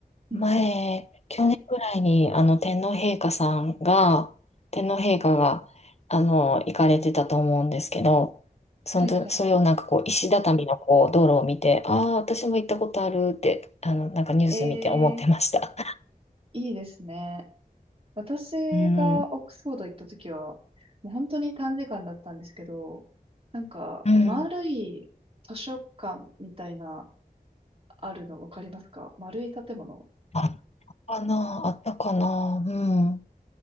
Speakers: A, on the left (about 45°); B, on the right (about 35°).
A: 前、
B: うんうん。
A: 去年くらいに、あの、天皇陛下さんが、天皇陛下が、あの、行かれてたと思うんですけど、そのと、
B: はいはい。
A: それをなんかこう、石畳のこう、道路を見て、ああ、私も行ったことあるって、あの、なんかニュース見て思ってました。
B: えー、
A: <laughs>
B: いいですね。私がオックスフォード行った時は、
A: うん。
B: もう本当に短時間だったんですけど、なんか、
A: うん。
B: 丸い図書館みたいな、あるのわかりますか丸い建物。
A: あったかな、あったかな。うん。